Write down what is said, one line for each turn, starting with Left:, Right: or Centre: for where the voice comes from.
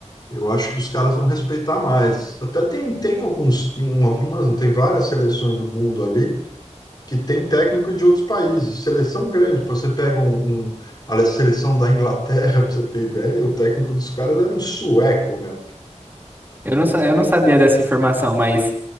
Left: Eu acho que os caras vão respeitar mais. Até tem, tem alguns, um, algumas, não tem várias seleções do mundo ali que tem técnico de outros países. Seleção grande, pô, você pega um, um- a seleção da Inglaterra, <laughs> pra você ter ideia, o técnico dos caras era um sueco, meu.
Right: Eu não, sa- eu não sabia dessa informação, mas